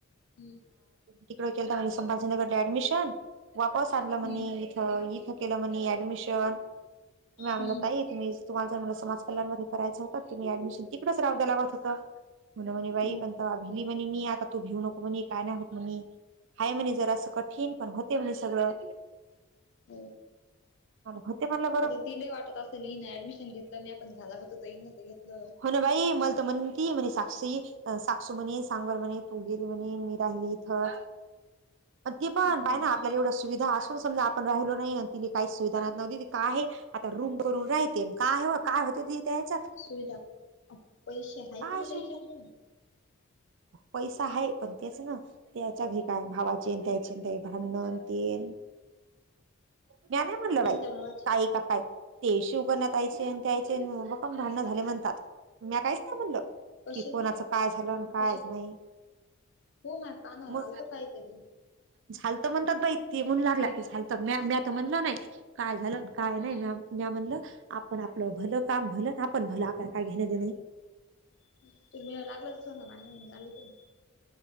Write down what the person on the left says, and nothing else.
हम्म
हम्म
हम्म
हो
हो
आता तिला वाटत असेल हईन ऍडमिशन घेतलं नाहीी आपण घ्याला होत इईन तर घेतलं.
हम्म
सुविधा पैसे आहेत
ना त्याच्याकडून
कोणत्या
भावाचे
कसे
कसे
हो माझ्या कानाला
आलत काहीतरी
हम्म
<unintelligible>